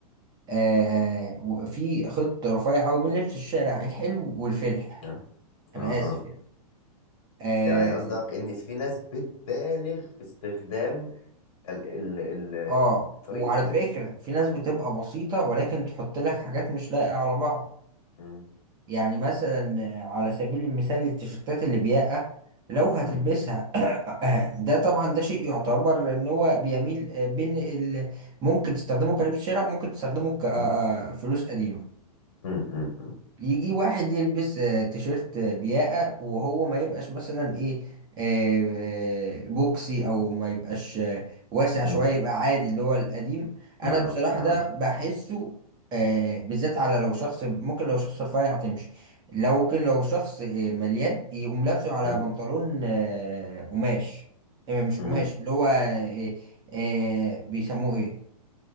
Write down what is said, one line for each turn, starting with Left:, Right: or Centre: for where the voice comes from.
Right: آه، وفي خيط رفيع قوي بين لبس الشارع الحلو والفلح
Left: آه، اها
Right: انا اسف يعني اه
Left: يعني قصدك ان في ناس بتبالغ في استخدام ال ال
Right: آه،
Left: ال طريقة
Right: وعلى
Left: اللبس
Right: فكره في ناس بتبقى بسيطه ولكن تحط لك حاجات مش لايقه على بعض
Left: م-
Right: يعني مثلا على سبيل المثال التيشيرتات البياقة لو هتلبسها
Left: م-
Right: <coughs> ده طبعا ده شيء يعتبر ان هو بيميل بين ال... ممكن تستخدمه كلبس شارع وممكن تستخدمه
Left: م-
Right: كفلوس قديمة
Left: م- م- م-
Right: يجي واحد يلبس آه، تيشيرت آه، بياقة وهو ما يبقاش مثلا ايه آه، آه، بوكسي او ما يبقاش آه، واسع شوية
Left: م.
Right: يبقى عادي اللي هو القديم انا
Left: نعم
Right: بصراحة
Left: نعم
Right: ده بحسه آه، بالذات على لو شخص ممكن لو شخص رفيع تمشي لو ممكن لو شخص آه، مليان يقوم لابسه على
Left: م-
Right: بنطلون آه، قماش آه، مش
Left: م.
Right: قماش اللي هو آه، آه، بيسموه ايه